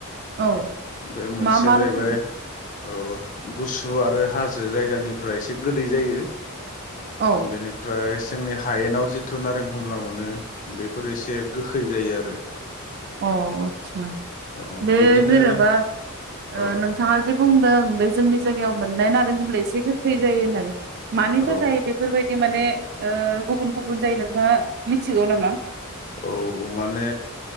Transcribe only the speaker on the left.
बे मोनसेया
जाहैबाय
औ गुसु आरो हाजो जायगानिफ्राय एसे गोदै जायो
बेनिफ्राय जोंनि हायेनाव जिथु नारें खमला मोनो बेफोरो एसे गोखै जायो आरो
औ
बिदिनो
औ
औ
औ माने